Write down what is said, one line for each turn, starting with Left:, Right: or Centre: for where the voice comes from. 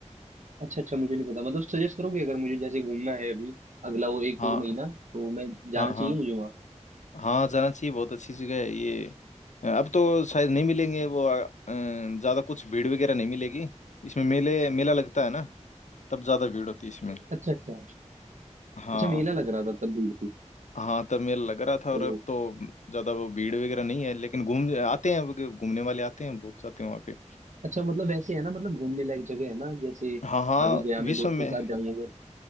Right: अच्छा अच्छा मुझे नहीं पता मतलब सजेस्ट करोगे अगर मुझे जैसे घूमना है अभी अगला वो एक
Left: हाँ
Right: और महीना तो मैं जाना
Left: हाँ
Right: चाहिए
Left: हाँ
Right: मुझे वहाँ
Left: हाँ जाना चाहिए बहुत अच्छी जगह है ये अब तो शायद नहीं मिलेंगे वो अ, ज़्यादा कुछ भीड़ वगैरह नहीं मिलेगी इसमें मेले मेला लगता है ना तब ज़्यादा भीड़ होती है इसमें
Right: अच्छा अच्छा
Left: हाँ
Right: अच्छा मेला लग रहा था तब भीड़ थी
Left: हाँ तब मेला लग रहा था
Right: तो
Left: और अब तो ज़्यादा वो भीड़ वगैरह नहीं है लेकिन घूम आते हैं वो घूमने वाले आते हैं बहुत जाते हैं वहाँ पे
Right: अच्छा मतलब वैसे है ना मतलब घूमने लायक जगह है ना जैसे
Left: हाँ हाँ
Right: अभी गया मैं
Left: विश्व
Right: दोस्तों
Left: में
Right: के साथ जाऊं अगर